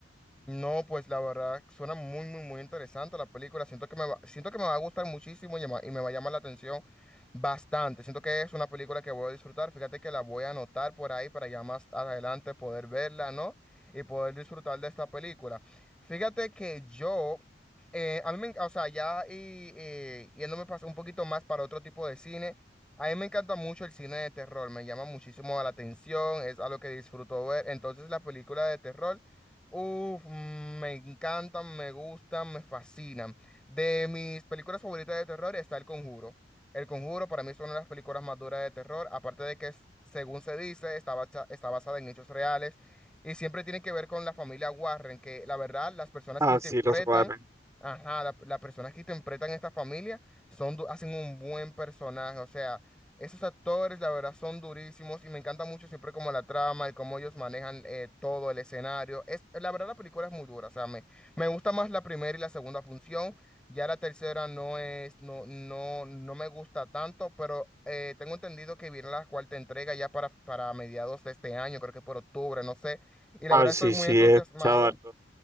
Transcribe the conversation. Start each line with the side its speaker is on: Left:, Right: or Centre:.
Centre: No, pues la verdad suena muy, muy, muy interesante la película. Siento que me va, siento que me va a gustar muchísimo y, llama- y me va a llamar la atención bastante. Siento que es una película que voy a disfrutar. Fíjate que la voy a anotar por ahí para ya más adelante poder verla, ¿no? Y poder disfrutar de esta película. Fíjate que yo, eh, a mí me, en- o sea, ya y, eh, yéndome pas- un poquito más para otro tipo de cine. A mí me encanta mucho el cine de terror, me llama muchísimo la atención, es algo que disfruto ver. Entonces la película de terror. Uf, mm, me encantan, me gustan, me fascinan. De mis películas favoritas de terror está El Conjuro. El Conjuro para mí es una de las películas más duras de terror, aparte de que, es- según se dice, está, bacha- está basada en hechos reales y siempre tiene que ver con la familia Warren, que la verdad, las personas
Right: Ah,
Centre: que interpretan,
Right: sí, los Warren.
Centre: ajá, la- las personas que interpretan esta familia son, du- hacen un buen personaje, o sea. Esos actores, la verdad, son durísimos y me encanta mucho siempre como la trama, el cómo ellos manejan eh, todo el escenario. Es, la verdad, la película es muy dura, o sea, me, me gusta más la primera y la segunda función. Ya la tercera no es, no, no, no me gusta tanto, pero eh, tengo entendido que viene la cuarta entrega ya para, para mediados de este año, creo que por octubre, no sé. Y la
Right: Ah,
Centre: verdad
Right: sí,
Centre: estoy muy
Right: sí,
Centre: entusiasmado.
Right: he escuchado algo.